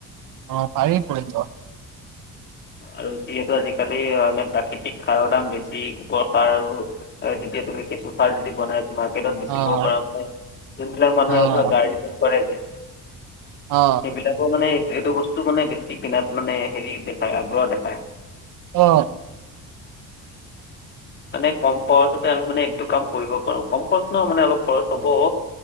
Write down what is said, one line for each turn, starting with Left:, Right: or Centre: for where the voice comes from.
Right: অ পাৰি কৰিব।
Left: আৰু যিহেতু আজিকালি মানে প্ৰাকৃতিক সাৰৰ দাম বেছি গোবৰ সাৰ আৰু যেতিয়া তুমি কেঁচু সাৰ যদি বনাই তোমাক পেটত বেচিব
Right: অ',
Left: পৰা মানে যোনবিলাক মানুহে
Right: অ',
Left: ধ গাৰ্ডেনিং কৰে যে
Right: অ।
Left: এই বিলাকো মানে এইটো বস্তু মানে বেছি কিনাত মানে হেৰি দেখায় আগ্ৰহ দেখায়।
Right: অ।
Left: মানে কম খৰচতে আমি মানে একটো কাম কৰিব পাৰো কম খৰচ ন মানে অলপ খৰচ হ'ব।